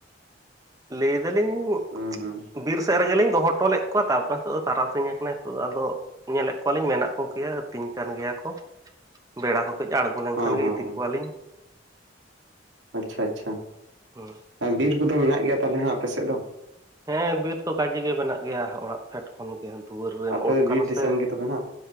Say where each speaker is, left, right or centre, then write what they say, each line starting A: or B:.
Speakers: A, on the right (about 20°); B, on the right (about 80°).
A: ᱞᱟᱹᱭ ᱫᱟᱞᱤᱧ
B: ᱦᱩᱸ ᱦᱩᱸ
A: ᱵᱤᱨ ᱥᱮᱫ ᱨᱮᱜᱮᱞᱤᱧ ᱫᱚᱦᱚ ᱦᱚᱴᱚ ᱞᱮᱫ ᱠᱚᱣᱟ ᱛᱟᱨᱯᱚᱨᱮ ᱦᱤᱛᱚᱜ ᱫᱚ ᱛᱟᱨᱟᱥᱤᱧ ᱟᱠᱟᱱᱟ ᱱᱤᱛᱚᱜ ᱫᱚ ᱟᱫᱚ ᱧᱮᱞᱮᱜ ᱠᱚᱣᱟᱞᱤᱧ ᱢᱮᱱᱟᱜ ᱠᱚᱜᱮᱭᱟ ᱟᱹᱛᱤᱧ ᱠᱟᱱ ᱜᱮᱭᱟ ᱠᱚ, ᱵᱮᱲᱟ ᱦᱚᱠ ᱠᱟᱹᱡ ᱟᱬᱜᱚ ᱞᱮᱱᱠᱷᱟᱱ
B: ᱦᱚᱸ
A: ᱜᱮ
B: ᱦᱚᱸ
A: ᱤᱫᱤ
B: ᱦᱚᱸ
A: ᱠᱚᱣᱟᱞᱤᱧ᱾
B: ᱟᱪᱪᱷᱟ ᱟᱪᱪᱷᱟ᱾
A: ᱦᱟᱹ᱾
B: ᱵᱤᱨ ᱠᱚᱫᱚ ᱢᱮᱱᱟᱜ ᱜᱮᱭᱟ ᱛᱟᱦᱚᱞᱮ ᱦᱟᱜ ᱟᱯᱮᱥᱮᱫ ᱫᱚ?
A: ᱦᱮᱸ ᱵᱤᱨ ᱛᱚ ᱠᱟᱡᱮ ᱜᱮ ᱵᱮᱱᱟᱜ ᱜᱮᱭᱟ ᱚᱲᱟᱜ ᱯᱷᱮᱰ ᱠᱷᱚᱱ ᱜᱮ ᱫᱩᱣᱟᱹᱨ ᱨᱮᱢ
B: ᱟᱯᱮ
A: ᱳᱰ
B: ᱫᱚ
A: ᱠᱟᱱ
B: ᱵᱤᱨ ᱫᱤᱥᱚᱢ
A: ᱥᱮ
B: ᱜᱮ ᱛᱚᱵᱮ ᱦᱟᱸᱜ